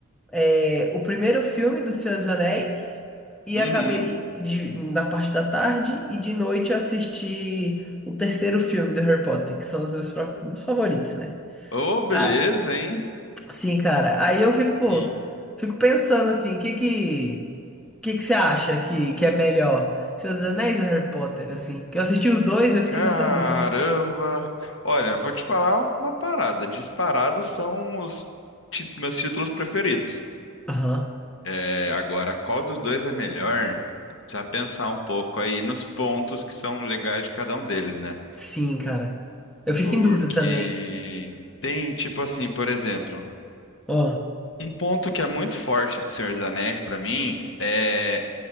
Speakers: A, in the centre; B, on the left.
A: é, o primeiro filme do Senhor dos Anéis e
B: Uhum.
A: acabei e- e de, na parte da tarde e de noite eu assisti o terceiro filme do Harry Potter, que são os meus próprios filmes favoritos, né?
B: Ô, beleza,
A: Ah,
B: hein?
A: sim, cara. Aí eu fico, pô,
B: E
A: fico pensando assim, que que que que você acha que que é melhor? Senhor dos Anéis ou Harry Potter, assim? Que eu assisti os dois, eu fiquei
B: caramba.
A: nessa dúvida.
B: Olha, vou te falar uma parada. Disparados são os ti- meus títulos preferidos.
A: Aham.
B: É, agora, qual dos dois é melhor? Precisa pensar um pouco aí nos pontos que são legais de cada um deles, né?
A: Sim, cara. Eu fico
B: Porque
A: em dúvida também.
B: tem, tipo assim, por exemplo,
A: Ó,
B: um ponto que é muito forte do Senhor dos Anéis pra mim é